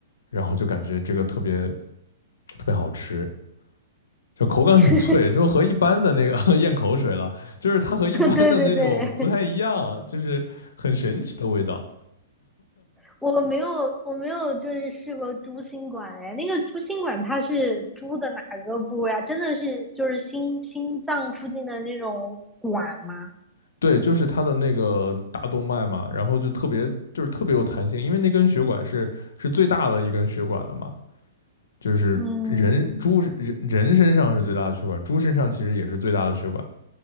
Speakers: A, on the left; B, in the centre.
A: 然后就感觉这个特别特别好吃，就口感很脆，
B: <laughs>
A: 就和一般的那个 <laughs> 咽口水了，就是它和一般的那种不太一样，
B: 对对对，
A: 就是很神奇的味道。
B: <laughs> 我没有我没有就是试过猪心管，哎，那个猪心管它是猪的哪个部位啊？真的是就是心心脏附近的那种管吗？
A: 对，就是它的那个大动脉嘛，然后就特别就是特别有弹性，因为那根血管是是最大的一根血管了嘛，就是人猪人人身上是最大的血管，
B: 嗯。
A: 猪身上其实也是最大的血管，